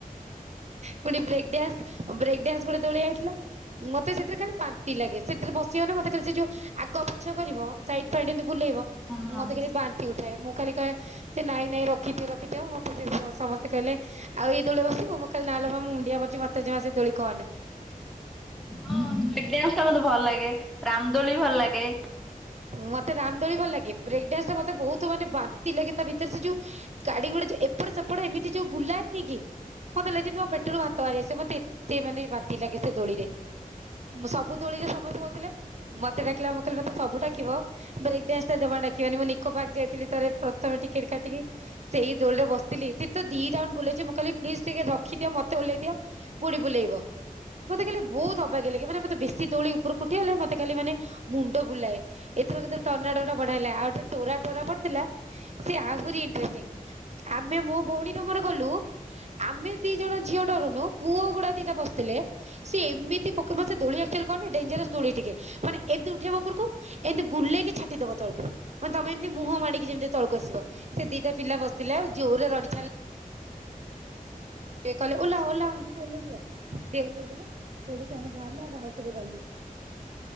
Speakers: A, on the right; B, in the centre.
A: ପୁଣି ବ୍ରେକଡାନ୍ସ ବ୍ରେକଡାନ୍ସ ଗୋଟେ ଦୋଳି ଆଇଥିଲା। ମତେ ସେଥିରେ ଖାଲି ବାନ୍ତି ଲାଗେ। ସେଥିରେ ବସିବ ମାନେ ମତେ ଖାଲି ସେ ଯୋଉ ଆଗ ଚ କରିବ ସାଇଡ ଫିଇଡ୍ ବୁଲେଇବ
B: ବ୍ରେକ୍
A: ମତେ ଖାଲି ବାନ୍ତି ଉଠାଏ ମୁଁ ଖାଲି କହେ ଯେ ନାଇଁ ନାଇଁ ରଖିଦିଅ ରଖିଦିଅ ମତେ ସମସ୍ତେ କହିଲେ ଆଉ ଏଇ ଦୋଳିରେ ବସିବ ମୁଁ କହିଲି ନ ଲୋକ ମା ମୁଁ ମୁଣ୍ଡିଆ ମାରୁଚି ମତେ ଜମା ସେ ଦୋଳି କହ ନା
B: ହଁ ବ୍ରେକ ଡନ୍ସ ଟା ମତେ ଭଲ ଲାଗେ ରାମଦୋଳି ଭଲ ଲାଗେ
A: ମତେ ରାମଦୋଳି ଭଲ ଲାଗେ ବ୍ରେକ୍ ଡାନ୍ସ ମତେ ବହୁତ ମାନେ ବାନ୍ତି ଲାଗେ ତା ଭିତରେ ସେ ଯୋଉ ଗାଡି ଗୁଡା ଯଉ ଏପଟ ସେପଟ ଏମିତି ଯୋଉ ବୁଲାଏନି କି ମତେ ଲାଗେ ଯେମିତି ମୋ ପେଟରୁ ହାତ ବାହାରି ଆସେ ମତେ ଏତେ ମାନେ ବାନ୍ତି ଲାଗେ ସେ ଦୋଳିରେ ସବୁ ଦୋଳିରେ ସମସ୍ତେ ବସିଲେ ମତେ ଡାକିଲା ମୁଁ କହିଲେ ମତେ ସବୁ ଡାକିବ ବ୍ରେକ ଡାନ୍ସ ଜମ୍ହା ଡାକିବନି ମୁଁ ନିକୋ ପାର୍କ ଯାଇଥିଲି ତ ପ୍ରଥମେ ଟିକେଟ କାଟିକି ସେଇ ଦୋଳରେ ବସିଥିଲି ସେତ ଦି ରାଉଣ୍ଡ ବୁଲେଇଚି ମୁଁ କହିଲି ପ୍ଲିଜ ଟିକେ ରଖିଦିଅ ମତେ ଓଲ୍ହେଇ ଦିଅ ପୁଣି ବୁଲେଇବ ମତେ ଖାଲି ବହୁତ ଅବାଗିଆ ଲାଗେ ମାନେ ମତେ ବେଶୀ ଦୋଳି ଉପକୁ ଉଠିଗଲେ ମତେ ଖାଲି ମାନେ ମୁଣ୍ଡ ବୁଲାଏ ଏଥିର କିନ୍ତୁ ଟନା ଟନା ବଢିଆ ହେଲା ଆଉ ଗୋଟେ ଟୋରା ଟୋରା ପଡିଥିଲା ସେ ଆହୁରି ଏଣ୍ଟରେଷ୍ଟିଙ୍ଗ ଆମେ ମୋ ଭଉଣୀ ମୋର ଗଲୁ ଆମେ ଦି ଜଣ ଝିଅ ଡରୁନୁ ପୁଅ ଗୁଡା ଦିଟା ବସିଥିଲେ ସେ ଏମିତି ପକ ମାନେ ସେ ଦୋଳି ଆକଚ୍ୟଲି କଣ କି ଡେଞଜରିଅସ ଦୋଳି ଟିକେ ମାନେ ଏମିତି ଉଠେଇବ ଉପରକୁ ଏମିତି ବୁଲେଇକି ଛାଟିଦବ ତଳକୁ ମାନେ ତମେ ଏମିତି ମୁହଁ ମାଡିକି ଯେମିତି ତଳକୁ ଆସିବ ସେ ଦିଟା ପିଲା ବସିଥିଲେ ଆଉ ଜୋରେ ରଡି ଛାଡି ସିଏ କହଲେ ଓଲ୍ହା ଓଲ୍ହା ଆମକୁ ଓଲ୍ହେଇ ଦିଅ ସେ ଓଲ୍ହେଇ ଦେଲେ। ସେଇଠୁ ସେମାନେେ ବାହାରିଲା ଆମେ ଆଉଥରେ ଗଲୁ।